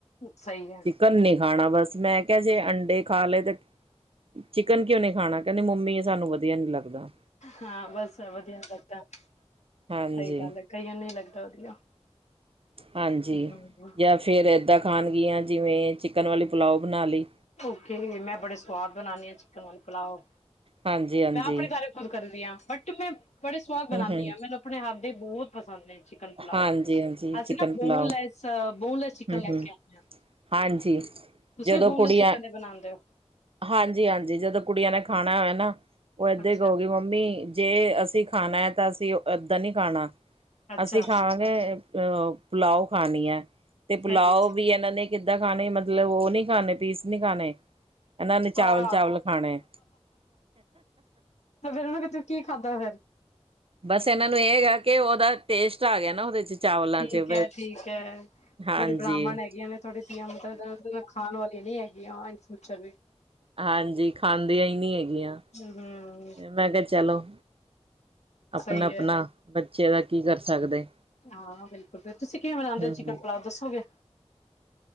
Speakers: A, on the left; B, on the right.
A: ਸਹੀ ਗੱਲ
B: ਚਿਕਨ ਨੀ ਖਾਣਾ ਬਸ, ਮੈਂ ਕਿਹਾ ਜੇ ਅੰਡੇ ਖਾ ਲਏ ਤੇ ਚਿਕਨ ਕਿਉਂ ਨੀ ਖਾਣਾ, ਕਹਿੰਦੇ ਮੰਮੀ ਸਾਨੂੰ ਵਧੀਆ ਨੀ ਲੱਗਦਾ।
A: ਹਾਂ ਬਸ ਵਧੀਆ ਲੱਗਦਾ, ਸਹੀ
B: ਹਾਂਜੀ।
A: ਗੱਲ ਐ ਕਈਆਂ ਨੀ ਲੱਗਦਾ ਵਧੀਆ।
B: ਹਾਂਜੀ
A: ਹੂੰ।
B: ਜਾਂ ਫਿਰ ਇੱਦਾਂ ਖਾਣਗੀਆਂ ਜਿਵੇਂ ਚਿਕਨ ਵਾਲੀ ਪੁਲਾਓ ਬਣਾ ਲਈ।
A: ਓਕੇ ਮੈਂ ਬੜੇ ਸਵਾਦ ਬਣਾਣੀ ਆਂ ਚਿਕਨ ਵਾਲ ਪਲਾਓ।
B: ਹਾਂਜੀ-ਹਾਂਜੀ,
A: ਮੈਂ ਆਪਣੇ ਘਰ ਖੁਦ ਕਰਨੀ ਆ। ਬਟ ਮੈਂ ਬੜੇ ਸਵਾਦ ਬਣਾਦੀ
B: ਹੂੰ-ਹੂੰ,
A: ਆ, ਮੈਨੂੰ ਆਪਣੇ ਹੱਥ ਦੇ ਬਹੁਤ ਪਸੰਦ ਨੇ ਚਿਕਨ ਪਲਾਓ।
B: ਹਾਂਜੀ-ਹਾਂਜੀ
A: ਅਸੀਂ
B: chicken
A: ਨਾ boneless-
B: pulao
A: boneless
B: ਹੂੰ-ਹੂੰ।
A: chicken ਲੈ ਕੇ ਆਂਦੇ ਆ।
B: ਹਾਂਜੀ
A: ਤੁਸੀਂ
B: ਜਦੋਂ
A: ਬੋਨਲੈਸ
B: ਕੁੜੀਆਂ
A: ਚਿਕਨ ਦੇ ਬਣਾਉਂਦੇ ਹੋ
B: ਹਾਂਜੀ ਹਾਂਜੀ, ਜਦੋਂ ਕੁੜੀਆਂ ਨੇ ਖਾਣਾ ਹੋਏ ਨਾ ਉਹ ਏਦਾਂ
A: ਅੱਛਾ
B: ਹੀ ਕਹੂਗੀ ਮੰਮ ਮੰਮੀ ਜੇ ਅਸੀਂ ਖਾਣਾ ਤਾਂ ਅਸੀਂ ਏਦਾਂ ਨੀ ਖਾਣਾ
A: ਅੱਛਾ
B: ਅਸੀਂ ਖਾਵਾਗੇ ਅਹ ਪੁਲਾਓ ਖਾਣੀ ਐ, ਤੇ
A: ਸਹੀ
B: ਪੁਲਾਓ
A: ਹੈ
B: ਵੀ ਏਨਾਂ ਨੇ ਕਿੱਦਾਂ ਖਾਣੇ ਮਤਲਬ ਉਹ ਨੀ ਖਾਣੇ ਪੀਸ ਨੀ ਖਾਣੇ ਇਹਨਾਂ ਨੇ
A: ਹਾਂ
B: ਚਾਵਲ-ਚਾਵਲ ਖਾਣੇ।
A: ਫੇਰ ਉਹਨਾਂ ਤੇ ਕੀ ਖਾਧਾ ਫਿਰ
B: ਬਸ ਇਹਨਾਂ ਨੂੰ ਇਹ ਹੈਗਾ ਕਿ ਉਹਦਾ ਟੇਸਟ ਆ ਗਿਆ ਨਾ ਉਹਦੇ ਚ ਚਾਵਲਾਂ
A: ਠੀਕ
B: ਚ
A: ਹੈ ਠੀਕ ਹੈ
B: ਹਾਂਜੀ
A: ਥੜੀ ਬ੍ਰਾਹਮਣ ਹੈਗੀਆਂ ਨੇ ਤੁਹਾਡੇ ਧੀਆਂ ਪੁੱਤਰ, ਇਸ ਦਾ ਮਤਲਬ ਖਾਣ ਵਾਲੀਆਂ ਨੀ ਹੈਗੀਆਂ, ਐ ਏ ਫਿਊਚਰ ਵੀ
B: ਹਾਂਜੀ ਖਾਂਦੀਆਂ ਹੀ ਨਹੀਂ ਹੈਗੀਆਂ,
A: ਹਮ
B: ਤੇ ਮੈਂ ਕਿਹਾ ਚਲੋ ਆਪਣਾ
A: ਸਹੀ
B: ਆਪਣਾ
A: ਹੈ
B: ਬੱਚੇ ਦਾ, ਕੀ ਕਰ ਸਕਦੇ
A: ਹਾਂ ਬਿਲਕੁਲ ਫਿਰ ਤੁਸੀਂ ਕਿਵੇਂ ਬਨਾਉਂਦੇ
B: ਹਮ
A: ਹੋ, ਚਿਕਨ ਪੁਲਾਔ ਦੱਸੋਗੇ